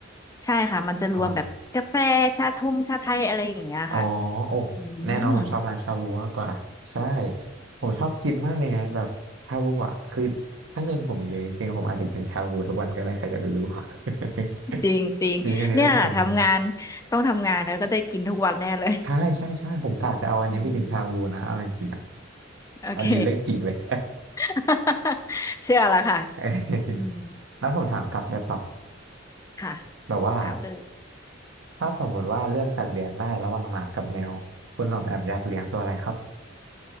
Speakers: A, on the left; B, on the right.
A: ใช่ค่ะมันจะรวมแบบกาแฟชาทงชาไทยอะไรอย่างเงี้ยค่ะ
B: อ๋อ อ๋อโอ้
A: อื
B: แน่นอนผมชอบร้านชาบูมากกว่าใช่
A: ม
B: ผมชอบกินมากเลยไงแบบชาบูอ่ะคือถ้าเงินผมเยอะจริงๆผมอาจจะกินชาบูทุกวันก็ได้ใครจะไปรู้ <laughs>
A: จริงจริงเนี่ยทำงาน
B: จริงอันนี้เรื่องจริงเลย
A: ต้องทำงานแล้วก็ได้กินทุกวันแน่เลย
B: ใช่ใช่ใช่ผมกะจะเอาอันนี้ไปกินชาบูนะเอาจริงๆอ่ะ
A: อืมโอเค
B: อันนี้เรื่องจริงเลย
A: <laughs> เชื่อแล้วค่ะ
B: <laughs>
A: อืม
B: แล้วผมถามกลับได้เปล่า
A: ค่ะ
B: แบบว่า
A: ถามเลย
B: ถ้าสมมติว่าเลือกสัตว์เลี้ยงได้ระหว่างหมากับแมวคุณหน่อมแอมอยากเลี้ยงตัวอะไรครับ